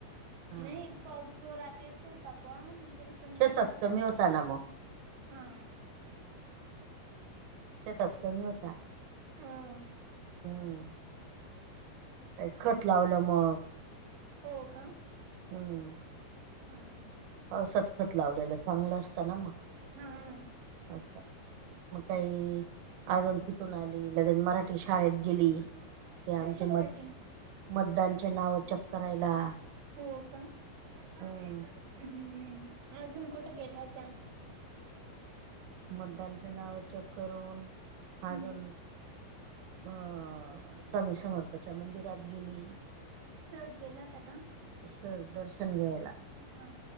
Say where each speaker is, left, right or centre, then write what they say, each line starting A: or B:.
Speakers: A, on the right; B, on the right.
A: हा
B: न्हाई पाऊस जोरात येत होता प म तरी आपण
A: शेतात
B: गेला होता
A: कमी
B: का?
A: ना मग
B: हा.
A: शेतात कमी होता.
B: हां.
A: हम्म. ते खत लावल्यामुळं.
B: हो का?
A: हम्म.
B: हां.
A: पावसात खत लावलेलं चांगलं असताना मग.
B: <unintelligible> हा.
A: असतं. मग काही, अजून तिकून आली, लगेच मराठी शाळेत गेली. ते आमच्या
B: कशासाठी?
A: मत मतदानचे नाव चेक करायला.
B: हो का? हम
A: अं
B: अजून कुठे गेल्या होत्या?
A: मतदान चे नाव चेक करून
B: हम्म
A: अजून अ स्वामी समर्थाच्या मंदिरात गेली.
B: सहज गेल्या होत्या का?
A: सहज दर्शन घ्यायला.
B: हां